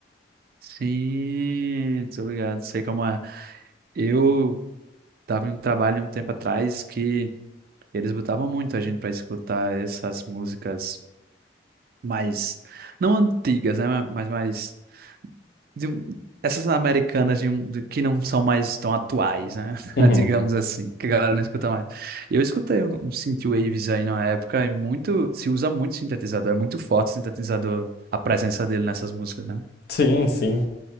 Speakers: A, on the right; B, on the left.
A: Sim, tô ligado, sei como é. Eu tava em um trabalho um tempo atrás que eles botavam muito a gente pra escutar essas músicas mais, não antigas, né, mas mais, de um- essas americanas de, um- de- que não são mais tão atuais, né, <laughs>
B: Uhum.
A: digamos assim, que a galera não escuta mais. Eu escutei um, um synthwaves aí na época e muito, se usa muito sintetizador, é muito forte o sintetizador, a presença dele nessas músicas, né?
B: Sim, sim.